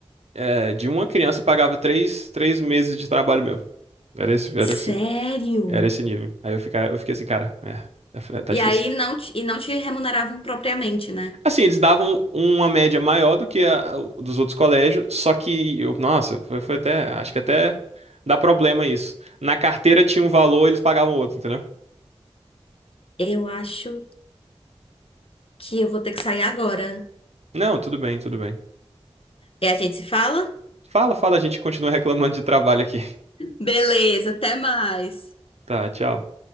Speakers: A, on the right; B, on the left.
A: é, de uma criança pagava três, três meses de trabalho meu. Era esse, era esse,
B: Sério?
A: era esse nível. Aí eu fica, eu fiquei assim, cara, é, é, tá
B: E
A: difícil.
B: aí não te, e não te remuneravam propriamente, né?
A: Assim, eles davam uma média maior do que a o- dos outros colégios, só que, eu, nossa, foi, foi até, acho que até dá problema isso. Na carteira tinha um valor, eles pagavam outro, entendeu?
B: Eu acho que eu vou ter que sair agora.
A: Não, tudo bem, tudo bem.
B: E a gente se fala?
A: Fala, fala, a gente continua reclamando de trabalho aqui. <laughs>
B: Beleza, até mais.
A: Tá, tchau.